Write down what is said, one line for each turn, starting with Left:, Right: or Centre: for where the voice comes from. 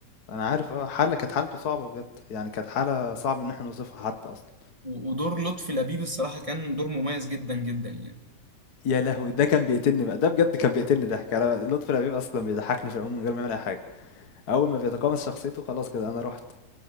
Left: أنا عارف آه، حالة كانت حالته صعبة بجد، يعني كانت حالة صعب إن إحنا نوصفها حتى أصلًا،
Right: و- ودور لطفي لبيب الصراحة كان دور مميز جدا جدا يعني
Left: يا لهوي! ده كان بيقتلني بقى، ده بجد كان بيقتلني ضحك، أنا لطفي لبيب أصلًا بيضحكني في العموم من غير ما يعمل أي حاجة، أول ما بيتقمص شخصيته خلاص كده أنا رُحت،